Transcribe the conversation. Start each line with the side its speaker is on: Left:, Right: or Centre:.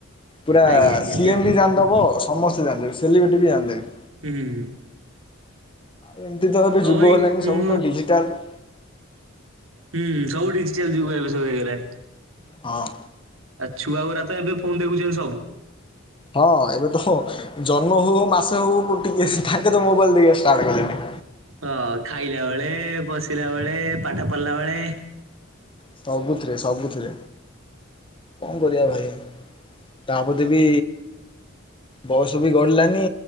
Left: ପୁରା
Right: ଆଜ୍ଞା ଆଜ୍ଞା
Left: ସିଏମବି
Right: ଠିକ ଠିକ
Left: ଜାଣିଦବ ସମସ୍ତେ ଜାଣିଦେବେ ସେଲିବ୍ରେଟିବି ଜାଣିଦେବେ।
Right: ଉୁଁ ହୁଁ
Left: ଏମିତିତ ଏବେ
Right: ହଉ
Left: ଯୁଗ
Right: ଭାଇ
Left: ହେଲାନି
Right: ମୁଁ
Left: ସବୁତ ଡିଜିଟାଲ।
Right: ହୁଁ ସବୁ ଡିଜିଟାଲ ଯୁଗ ଏବେସବୁ ହେଇଗଲାଣି।
Left: ହଁ।
Right: ଏ ଛୁଆଉରାତ ଏବେ ଫୋନ ଦେଖୁଛନ୍ତି ସବୁ।
Left: ହଁ ଏବେତ ଫୋନ ଜନ୍ମ ହଉ ହଉ ମାସେ ହଉ ହଉ ମୁଁ ଟିକେ ତାଙ୍କେତ ମୋବାଇଲ ଦେଖିବା ଷ୍ଟାଟ କଲେଣିି।
Right: ହଁ ଖାଇଲା ବେଳେ ବସିଲା ବେଳେ ପାଠ ପଢିଲା ବେଳେ
Left: ସବୁଥିରେ ସବୁଥିରେ କଣ କରିବା ଭାଇ। ତାପରେବି ବୟସବି ଗଡିଲାନି